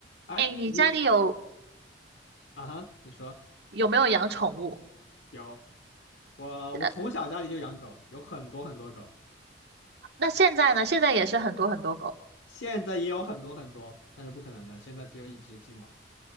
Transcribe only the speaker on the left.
哎，
你啊哈，你说
有我，我从小家里就养狗，
有很多很多狗，
现在也有很多很多，但是不可能的，现在只有一只金毛。